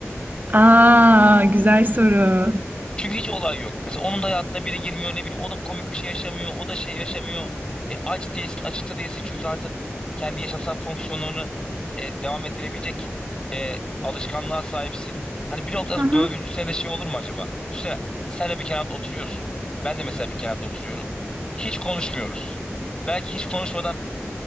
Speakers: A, on the right; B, on the left.
A: Aa, güzel soru.
B: Çünkü hiç olay yok. Mesela onun da hayatına biri girmiyor ne bileyim o da komik bir şey yaşamıyor o da şey yaşamıyor. E, aç değilsin açıkta değilsin çünkü artık kendi yaşamsal fonksiyonlarını e, devam ettirebilecek e, alışkanlığa sahipsin. Hani bir noktada sonra
A: Hı hı.
B: dördüncü sene şey olur mu acaba? Üstüne sen de bir kenarda oturuyorsun. Ben de mesela bir kenarda oturuyorum. Hiç konuşmuyoruz. Belki hiç konuşmadan